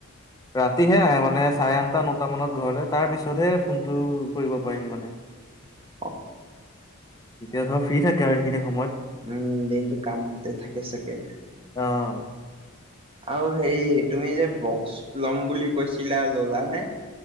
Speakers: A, on the left (about 20°); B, on the right (about 25°).
A: ৰাতিহে আহে মানে চাৰে আঠটা নটা মানত ঘৰলৈ তাৰ পিছতহে ফোনটো কৰিব পাৰিম মানে।
B: <unintelligible>
A: তেতিয়া ধৰ ফ্ৰী থাকে আৰু সেইখিনি সময়ত।
B: উম, দিনটো কামতে থাকে চাগে।
A: অ',
B: আৰু হেৰি তুমি যে বক্স লম বুলি কৈছিলা ল'লা নে?